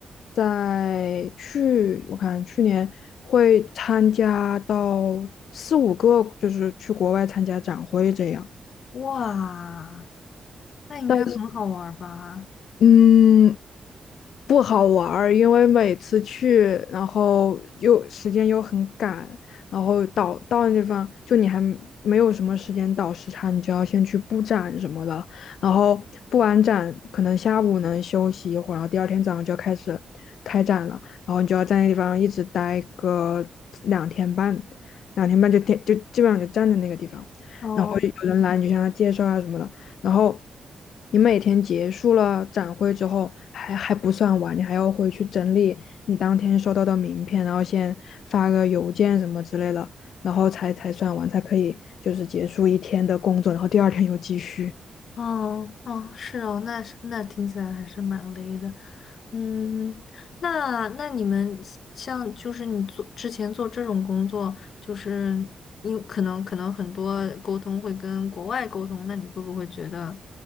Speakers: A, on the left; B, on the left.
A: 在去我看去年会参加到四五个，就是去国外参加展会这样。
B: 哇，那应该很好玩儿吧？
A: 但是。嗯，不好玩儿，因为每次去，然后又时间又很赶，然后到到那地方，就你还没有什么时间倒时差，你就要先去布展什么的，然后布完展可能下午能休息一会儿，然后第二天早上就要开始开展了，然后你就要在那地方一直待个两天半，两天半就天就基本上就站在那个地方，
B: 哦
A: 然后有人来你就向他介绍啊什么的。然后你每天结束了展会之后，还还不算完，你还要回去整理你当天收到的名片，然后先发个邮件什么之类的，然后才才算完，才可以就是结束一天的工作，然后第二天又继续。
B: 哦哦，是哦，那是那听起来还是蛮累的。嗯，那那你们像就是你做之前做这种工作，就是因可能可能很多沟通会跟国外沟通，那你会不会觉得